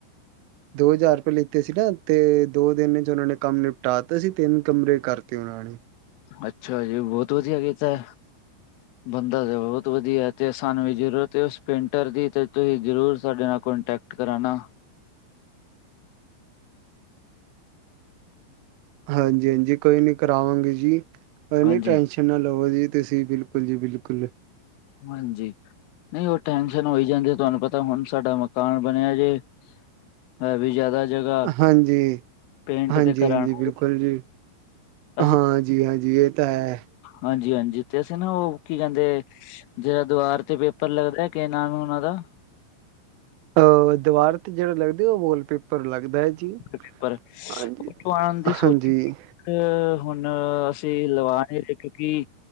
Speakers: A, on the right; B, on the left.
A: ਦੋ ਹਜ਼ਾਰ ਰੁਪਏ ਲਿਤੇ ਸੀ ਨਾ ਤੇ ਦੋ ਦਿਨ ਚ ਉਹਨਾਂ ਨੇ ਕੰਮ ਨਿਪਟਾਤਾ ਸੀ ਤਿੰਨ ਕਮਰੇ ਕਰਤੇ ਉਹਨਾਂ ਨੇ।
B: ਅੱਛਾ ਜੀ ਬਹੁਤ ਵਧੀਆ ਕੀਤਾ।
A: <inaudible>
B: ਬੰਦਾ ਤਾਂ ਬਹੁਤ ਵਧੀਆ ਤੇ ਸਾਨੂੰ ਵੀ ਜ਼ਰੂਰਤ ਉਸ ਪੇਂਟਰ ਦੀ ਤੇ ਤੁਸੀਂ ਜ਼ਰੂਰ ਸਾਡੇ ਨਾਲ ਕੋਨਟੈਕਟ। ਕਰਾਣਾ।
A: ਹਾਂਜੀ- ਹਾਂਜੀ ਕੋਈ ਨੀ ਕਰਾਵਾਂਗੇ ਜੀ ਪਹਲੋਂ
B: ਹਾਂਜੀ
A: ਹੀ ਟੈਸ਼ਨ। ਟੈਂਸ਼ਨ ਨਾ ਲਵੋ ਜੀ ਤੁਸੀਂ ਬਿਲਕੁਲ ਜੀ ਬਿਲਕੁਲ।
B: ਹਾਂਜੀ। ਨਹੀਂ ਉਹ ਟੈਸ਼ਨ ਹੋ ਜਾਂਦੀ ਏ ਤੁਹਾਨੂੰ ਪਤਾ ਹੁਣ ਸਾਡਾ ਮਕਾਨ ਬਣਿਆ ਜੇ। ਹੈ ਵੀ ਜ਼ਿਆਦਾ। ਜਗ੍ਹਾ
A: ਹਾਂਜੀ-
B: ਪੇਂਟ
A: ਹਾਂਜੀ-
B: ਤੇ ਕਰਾਣਾ
A: ਹਾਂਜੀ ਬਿਲਕੁਲ ਜੀ।
B: ਅਸੀਂ
A: ਹਾਂਜੀ -ਹਾਂਜੀ ਇਹ ਤਾਂ ਹੈ।
B: ਹਾਂਜੀ- ਹਾਂਜੀ ਤੇ ਅਸੀਂ ਨਾ ਉਹ ਕੀ ਕਹਿੰਦੇ ਏ। ਜਿਹੜਾ ਦੀਵਾਰ ਤੇ ਪੇਪਰ ਲੱਗਦਾ ਕੀ ਨਾਂਮ ਏ ਉਹਨਾਂ ਦਾ।
A: ਅ ਦੀਵਾਰ ਤੇ ਜਿਹੜਾ ਲੱਗਦੇ ਉਹ ਵਾਲਪੇਪਰ ਲੱਗਦਾ ਹੈ। ਜੀ।
B: ਵਾਲਪੇਪਰ
A: ਹਾਂਜੀ,
B: ਉਥੋਂ ਆਣ ਦੀ
A: ਹਾਂਜੀ,
B: ਸੋਚਣੀ। ਅ ਹੁਣ ਅਸੀਂ ਲਵਾ ਕੇ। ਕੀ